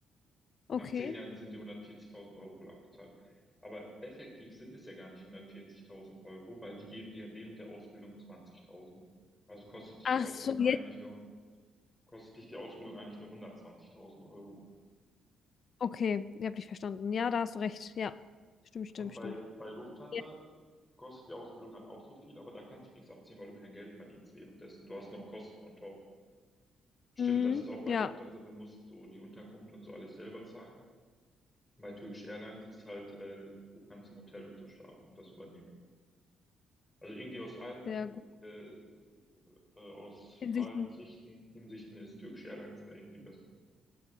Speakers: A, on the left; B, on the left.
A: Nach
B: okay.
A: zehn Jahren sind die 140.000 Euro wohl auch bezahlt. Aber effektiv sind es ja gar nicht 140.000 Euro, weil die geben dir ja während der Ausbildung 20.000. Also kostet dich
B: Ach
A: die Ausbildung
B: so, jetzt.
A: eigentlich nur, kostet dich die Ausbildung eigentlich nur 120.000 Euro.
B: Okay, ich habe dich verstanden. Ja, da hast du recht. Ja, stimmt, stimmt,
A: Und bei,
B: stimmt.
A: bei Lufthansa
B: Ja,
A: kostet die Ausbildung halt auch so viel, aber da kannst du nichts abziehen, weil du kein Geld verdienst währenddessen. Du hast noch Kosten on top. Stimmt,
B: mhm,
A: das ist auch bei
B: ja
A: Lufthansa, du musst so die Unterkunft und so alles selber zahlen. Bei Turkish Airlines ist halt, äh, du kannst im Hotel und so schlafen und das übernehmen. Also irgendwie aus allen,
B: sehr gut.
A: äh, äh, aus
B: Hinsichten.
A: allen Sichten, Hinsichten ist Turkish Airlines da irgendwie besser.